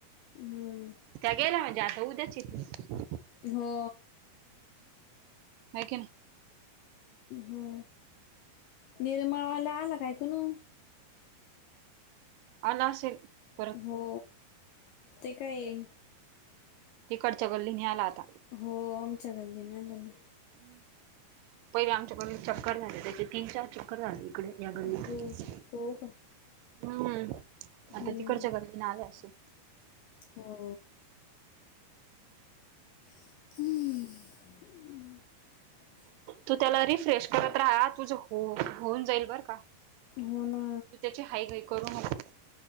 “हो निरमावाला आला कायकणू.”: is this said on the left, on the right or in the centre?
Left